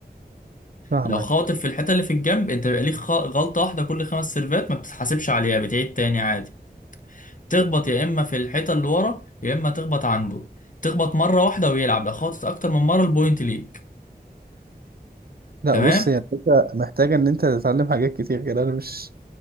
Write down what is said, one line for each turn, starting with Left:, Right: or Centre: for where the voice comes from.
Right: فاهمك
Left: لو خاطف في الحته اللي في الجنب انت بيبقى ليك خ- غلطه واحده كل خمس سيرفات ما بتتحاسبش عليها بتعيد تاني عادي تخبط يا اما في الحيطه اللي ورا يا اما تخبط عنده تخبط مره واحده ويلعب لو خبطت اكتر من مره البوينت ليك
Right: لا
Left: تمام
Right: بص هي الفكرة محتاجة إن أنت تتعلم حاجات كتير كده أنا مش